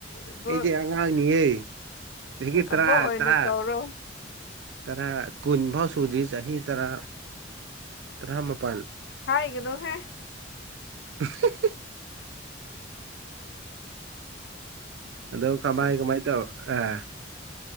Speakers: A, on the left; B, on the right.
A: ꯏꯕꯣꯛ
B: ꯑꯩꯗꯤ ꯑꯉꯥꯡꯅꯤꯌꯦ ꯆꯍꯤ ꯇꯔꯥ
A: ꯑꯕꯣꯛ ꯑꯣꯏꯅ
B: ꯇꯔꯥ
A: ꯀꯧꯔꯣ
B: ꯇꯔꯥ ꯀꯨꯟ ꯐꯥꯎ ꯁꯨꯗ꯭ꯔꯤ ꯆꯍꯤ ꯇꯔꯥ ꯇꯔꯥꯃꯄꯟ
A: ꯍꯥꯏꯒꯅꯨꯍꯦ
B: <inaudible> ꯑꯗꯣ ꯀꯃꯥꯏ
A: ꯑꯗꯨ
B: ꯀꯃꯥꯏ ꯇꯧ ꯑꯥ